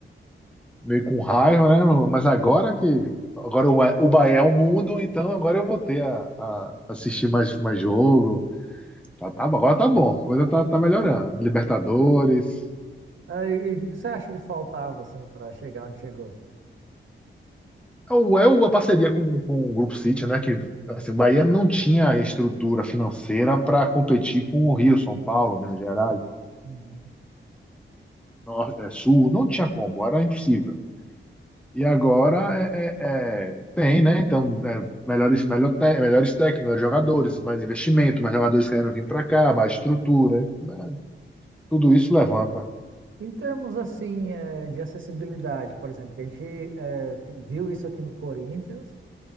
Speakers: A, in the centre; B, on the right (about 75°).
A: meio com raiva, né? Mas agora que. Agora o, o Bahia é o mundo, então agora eu vou ter a, a assistir mais, mais jogo. Tá, tá, agora tá bom, a coisa tá, tá melhorando. Libertadores.
B: Ah, e, e o que você acha que faltava, assim, para chegar onde chegou?
A: É o- é uma parceria com, com o Grupo City, né? Que
B: uhum,
A: assim, o Bahia não tinha estrutura financeira para competir com o Rio, São Paulo, Minas Gerais,
B: uhum.
A: Nor- eh, Sul, não tinha como, era impossível. E agora é, é- é, tem, né? Então, é, melhores, melhor te- melhores técnicos, melhores jogadores, mais investimento, mais jogadores querendo vir para cá, mais estrutura. né, Tudo isso levanta.
B: Em termos assim eh, de acessibilidade, por exemplo, que a gente eh, te- viu isso aqui no Corinthians,